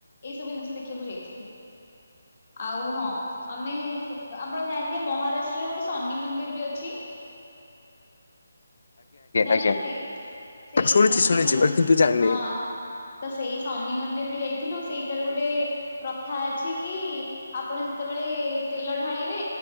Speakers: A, on the left; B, on the left.
A: ଏଇ ସବୁ ଜିନିଷ ଦେଖିବାକୁ ଯାଇଥିଲୁ। ଆଉ ହଁ ଆମେ ଆପଣ ଜାଣିଥିବେ ମହାରାଷ୍ଟ୍ରରେ ଗୋଟେ ଶନି ମନ୍ଦିର ବି ଅଛି? ଜାଣିଛନ୍ତି
B: ଆଜ୍ଞା
A: ସେଇ
B: ଶୁଣିଛି
A: ଶନି
B: ଶୁଣିଛି
A: ମନ୍ଦିର,
B: ବଟ କିନ୍ତୁ ଜାଣିନି
A: ହଁ ତ ସେଇ ଶନି ମନ୍ଦିର ବି ଯାଇଥିଲୁ ସେଇଟାରେ ଗୋଟେ ପ୍ରଥା ଅଛି କି ଆପଣ ଯେତେବେଳେ ତେଲ ଢାଳିବେ